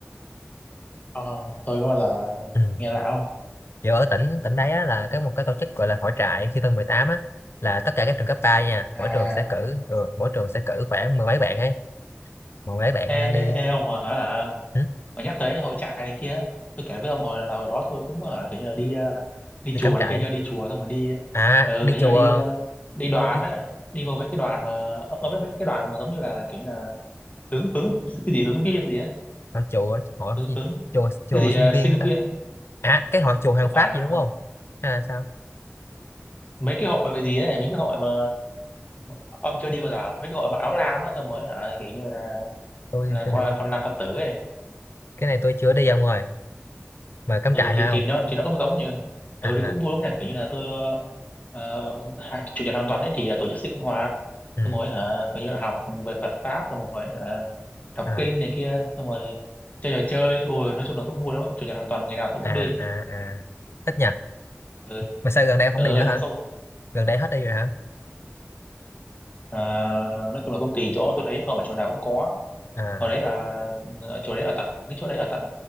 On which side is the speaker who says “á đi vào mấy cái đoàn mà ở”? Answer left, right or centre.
Left